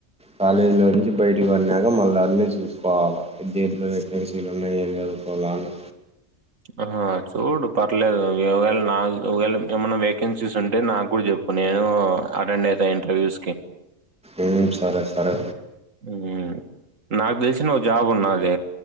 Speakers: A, in the centre; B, on the right.
A: కాలేజీలో నుంచి బయటకి వన్నాక మళ్ళా అన్నీ చూసుకోవాలా పెద్ద్యార్థులు వేకెన్సీలు ఉన్నాయి ఏం క పొలాలు
B: ఆ చూడు పర్లేదు యోవేళ్ నాగ్ ఒగ్వేళ్ ఏమన్నా వేకెన్సీస్ ఉంటే నాక్ గూడా జెప్ పుడు నేను అటెండ్ అయితా ఇంటర్వ్యూస్ కి
A: ఏం సరే సరే
B: ఉం ఉ నాక్ దెల్సిన ఓ జాబ్ ఉన్నాది